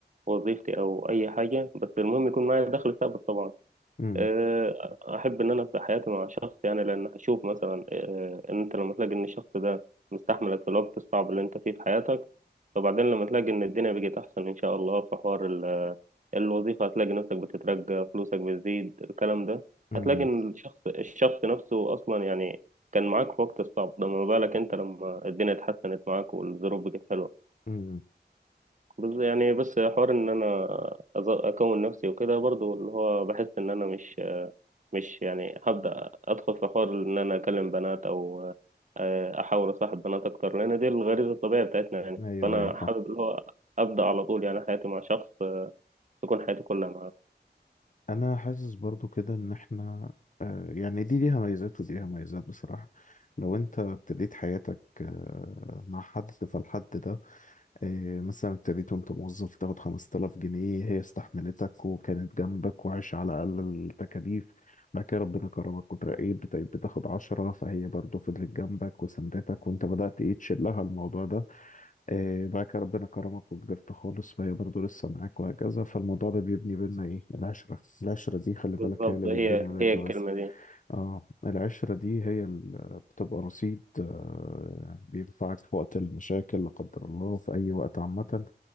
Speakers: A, on the right; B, on the left.
A: وظيفتي أو أي حاجة بس المهم يكون معايا دخل ثابت طبعا
B: مم،
A: آه، أحب إن أنا أبدأ حياتي مع شخص يعني لأن هشوف مثلا آه، إن أنت لما تلاقي إن الشخص ده مستحملك في الوقت الصعب اللي أنت فيه في حياتك وبعدين لما تلاقي إن الدنيا بقت أحسن إن شاء الله في حوار ال- آه، الوظيفة هتلاقي نفسك بتترقى فلوسك بتزيد الكلام ده
B: مم،
A: هتلاقي إن الشخص الشخص نفسه أصلا يعني كان معاك في وقت الصعب ده ما بالك أنت لما الدنيا اتحسنت معاك والظروف بقت حلوة
B: مم.
A: بس يعني بس حوار إن أنا أز- أكون نفسي وكده برضو اللي هو بحس إن أنا مش مش يعني هبدأ أدخل في حوار إن أنا أكلم بنات أو آه، أحاول أصاحب بنات أكتر لأن دي الغريزة الطبيعية بتاعتنا يعني
B: ايوه
A: فأنا
B: ايوه
A: حابب اللي هو أبدأ على طول يعني حياتي مع شخص آه، تكون حياتي كلها معاه
B: انا حاسس برضو كده ان احنا آه، يعني دي ليها ميزات ودي ليها ميزات بصراحة لو انت ابتديت حياتك آه، مع حد فالحد ده آه، مثلا ابتديت وانت موظف تاخد 5000 جنيه هي استحملتك وكانت جنبك وعايش على اقل التكاليف بعد كده ربنا كرمك وترقيت بتبقى بتاخد 10 فهي برضو فضلت جنبك وسندتك وانت بدأت ايه تشيل لها الموضوع ده إيه بعد كده ربنا كرمك وكبرت خالص فهي برضه لسه معاك وهكذا فالموضوع ده بيبني بينا ايه العشرة العشرة دي خلي بالك
A: بالظبط
B: هي اللي بيتبني
A: هي
B: على
A: هي
B: الجواز
A: الكلمة دي
B: اه العشرة دي هي اللي بتبقى رصيد آه بينفعك في وقت المشاكل لا قدر الله في أي وقت عامة